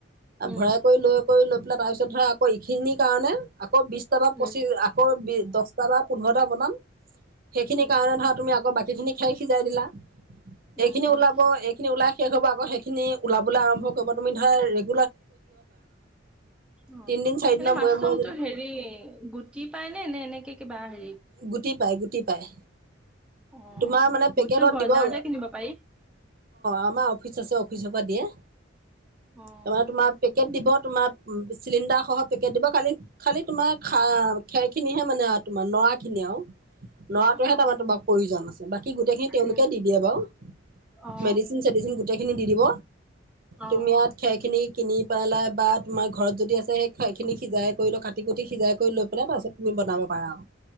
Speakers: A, in the centre; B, on the right.
A: উম,
B: ভৰাই কৰি লৈ কৰি লৈ তাৰপিছত ধৰা আকৌ এইখিনিৰ কাৰণে আকৌ বিশটা বা
A: উম,
B: পঁচিছ আকৌ দহটা বা পোন্ধৰটা বনাম। সেইখিনি
A: উম,
B: কাৰণে ধৰা তুমি আকৌ বাকী সেইখিনি খাই সিজাই দিলা
A: উম,
B: এইখিনি
A: উম,
B: ওলাব এইখিনি ওলাই শেষ হ'ব আকৌ সেইখিনি লাব আৰ্ভ কৰিব তুমি ধ
A: অ
B: তিনদিন চাৰিদিনৰ
A: এনে মাছৰুমতটো
B: মূৰে মূৰে যদি
A: হেৰি গুটি পাই নে নে এনেকে বাৰে
B: গুটি পাই গুটি পায়
A: অ',
B: তোমাৰ মানে পেকেটত
A: গুটিটো বজাৰতে
B: দিব অ
A: কিনিব পাৰি?
B: আমাৰ অফিচ আছে অফিচৰ পৰা দিয়ে
A: অ',
B: তাৰমানে তোমাৰ পেকেট দিব তোমাৰ চিলিণ্ডাৰ সহ পেকেট দিব খালি খালি তোমাৰ খেৰ খিনিহে মানে কনেও লৰাটোোৱহে
A: অ', অ',
B: তাৰ তোমাক প্ৰয়োজন আছে বাকী গোটেইখিনি তেওঁলোকে
A: উম।
B: দি দিয়ে বাৰু
A: অ',
B: মেডিচিন চেডিচিন গোটেইখিনি দি দিব
A: অ'। অ',
B: তুমি ইয়াত খেৰখিনি কিনি পেলাই ব । তোমাৰ ঘৰত যদি আছে সেই খ খিনি । সিজাই কৰি ল কাটিুটিজাই কৰি লৈ পেলাই তাৰাছতুম বনাম পাওঁ